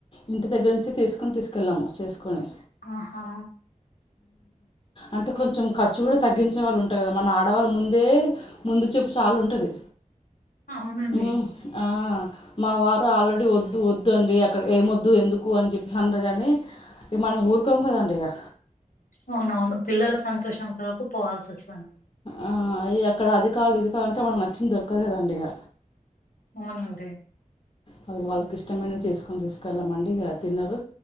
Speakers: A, on the left; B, on the left.
A: ఇంటి దగ్గర నుంచే చేసుకొని తీసుకెళ్ళాము చేసుకొని
B: ఆహా
A: అంటే కొంచెం ఖర్చు కూడా తగ్గించిన వాళ్ళు ఉంటుంది కదా మన ఆడవాళ్ళ ముందే ముందు చపు చాలు ఉంటుంది
B: అవునండి
A: మ్మ్ ఆ మా వారు ఆల్రెడీ వద్దు వద్దు అండి అక్కడ ఏమి వద్దు ఎందుకు అని చెప్పిన్నారు కాని ఇక మనం ఊరుకోం కదండి ఇగా
B: అవునవును పిల్లల సంతోషం కొరకు పోవాల్సి వస్తుంది
A: అ ఎక్కడ అది కావాలి ఇది కావాలి అంటే మనకి నచ్చింది దొరకదు కద అండి ఇక
B: అవునండి
A: వాళ్ వాళ్ళకి ఇష్టమైన చేసుకొని తీసుకెళ్ళామండి ఇగా తినరు